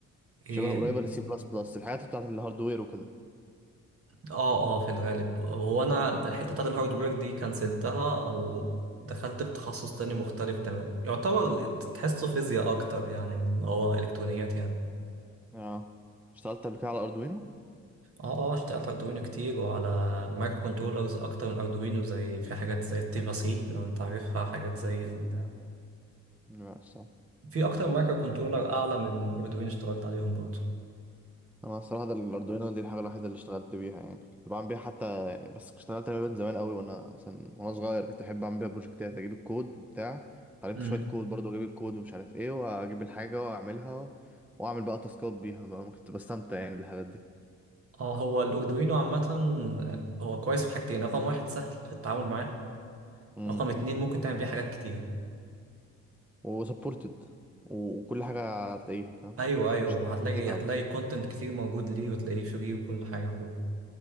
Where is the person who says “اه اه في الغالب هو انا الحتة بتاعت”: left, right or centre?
Right